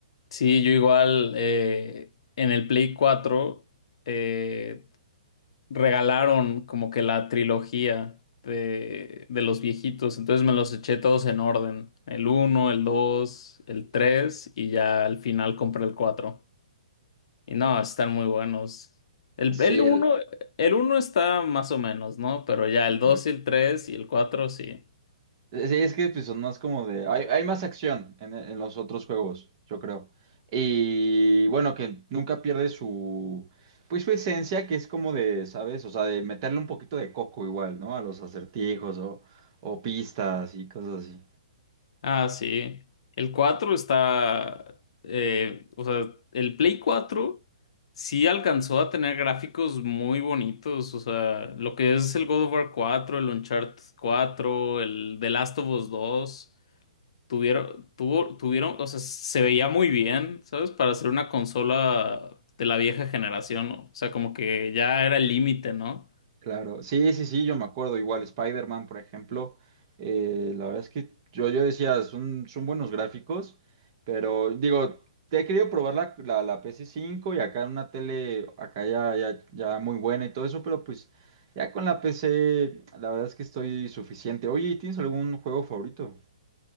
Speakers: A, on the left; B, on the right.
A: Sí, yo igual eh, en el Play cuatro eh, regalaron como que la trilogía de, de los viejitos, entonces me los eché todos en orden, el uno, el 2, el 3 y ya al final compré el 4. Y no, están muy buenos. El,
B: Sí,
A: el uno,
B: el-
A: el uno está más o menos, ¿no? Pero ya el
B: Ujú.
A: 2, y el 3 y el 4 sí.
B: Sí, es que pues, son más como de... Hay, hay más acción en, en los otros juegos, yo creo. Y bueno, que nunca pierde su... Pues su esencia, que es como de, ¿sabes? O sea, de meterle un poquito de coco igual, ¿no? A los acertijos o, o pistas y cosas así.
A: Ah, sí. El 4 está, eh, o sea, el Play cuatro sí alcanzó a tener gráficos muy bonitos, o sea, lo que es el God of War 4, el Uncharted 4, el The Last of Us 2 tuvieron, tuvo, tuvieron, o sea, se veía muy bien, ¿sabes? Para ser una consola de la vieja generación, ¿no? O sea, como que ya era el límite, ¿no?
B: Claro, sí, sí, sí, yo me acuerdo, igual Spider-Man, por ejemplo, eh, la verdad es que yo, yo decía, son, son buenos gráficos, pero digo, te he querido probar la, la, la pc cinco y acá en una tele, acá ya, ya, ya muy buena y todo eso, pero pues ya con la PC, la verdad es que estoy suficiente. Oye, ¿tienes algún juego favorito?